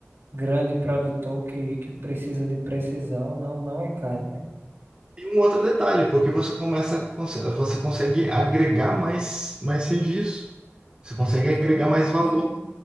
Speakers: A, on the right; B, on the right.
A: grande produtor que, que precisa de precisão, não, não é caro, velho.
B: E um outro detalhe, porque você começa, a cons- você consegue agregar mais, mais serviço. Você consegue
A: Sim,
B: agregar mais valor.
A: sim.